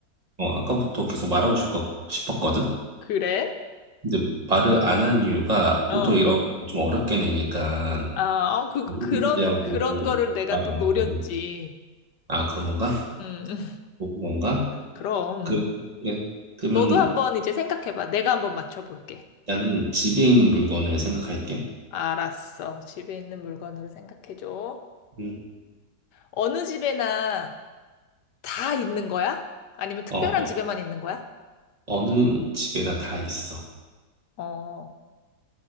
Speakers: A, on the right (about 20°); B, on the left (about 75°).
A: 어, 아까부터 계속 말하고 싶거, 싶었거든?
B: 그래?
A: 근데 말을 안 한 이유가
B: 어.
A: 보통 이런 거 좀 어렵게 내니까,
B: 아, 어, 그, 그런,
A: 엘리베이터하고
B: 그런 거를 내가
A: 말
B: 또
A: 안
B: 노렸지.
A: 했거든. 아, 그런 건가?
B: 음, 음.
A: 그런 건가?
B: 그럼.
A: 그래, 그래. 그러면,
B: 너도 한번 이제 생각해봐. 내가 한번 맞춰볼게.
A: 나는 집에 있는 물건을 생각할게.
B: 알았어. 집에 있는 물건으로 생각해줘.
A: 음.
B: 어느 집에나 다 있는 거야? 아니면 특별한
A: 어, 어,
B: 집에만 있는 거야?
A: 어느 집에나 다 있어.
B: 어,